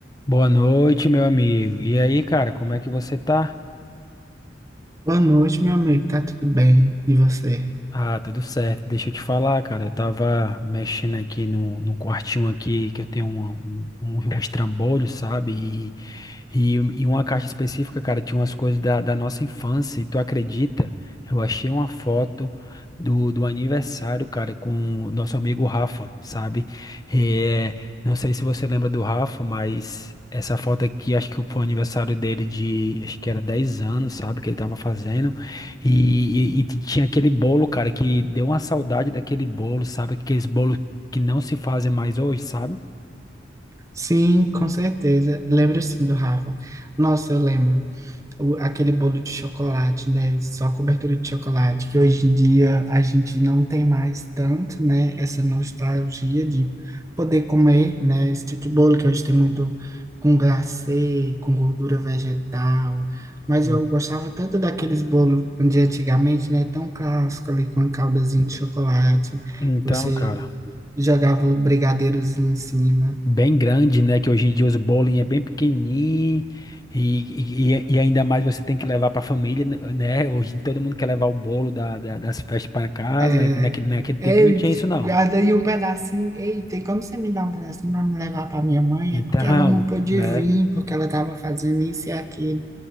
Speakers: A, on the left; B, on the right.
A: Boa noite, meu amigo. E aí, cara, como é que você tá?
B: Boa noite, meu amigo. Tá tudo bem? E você?
A: Ah, tá tudo certo. Deixa eu te falar, cara. Eu tava mexendo aqui no, no quartinho aqui que eu tenho um, um, um, <laughs> um estrambolho, sabe? E, e, e uma caixa específica, cara, tinha umas coisas da, da nossa infância. E tu acredita? Eu achei uma foto do, do aniversário, cara, com o nosso amigo Rafa, sabe? É, não sei se você lembra do Rafa, mas. Essa foto aqui, acho que foi o aniversário dele de, acho que era 10 anos, sabe, que ele tava fazendo. E, e- e t- tinha aquele bolo, cara, que deu uma saudade daquele bolo, sabe? Aqueles bolos que não se fazem mais hoje, sabe?
B: Sim, com certeza. Lembro sim do Rafa. Nossa, eu lembro. O- aquele bolo de chocolate, né? Só cobertura de chocolate, que hoje em dia a gente não tem mais tanto, né? Essa nostalgia de poder comer, né? Esse tipo de bolo que hoje tem muito com glacê, com gordura vegetal. Mas
A: En-
B: eu gostava tanto daqueles bolos de antigamente, né? Tão clássico ali, com a caldazinha de chocolate.
A: Então,
B: Você
A: cara,
B: jogava o brigadeiros em cima.
A: bem grande, né? Que hoje em dia os bolos é bem pequenininho e, e, e ainda mais você tem que levar para a família, né? né? Hoje todo mundo quer levar o bolo da, da- das festas pra casa,
B: É,
A: né? Naquele, naquele tempo
B: ei,
A: não tinha isso, não.
B: guarda aí um pedacinho. Ei, tem como você me dar um pedacinho para me levar para minha mãe?
A: Então,
B: É porque ela não pôde
A: <laughs>
B: vir,
A: né?
B: porque ela estava fazendo isso e aquilo.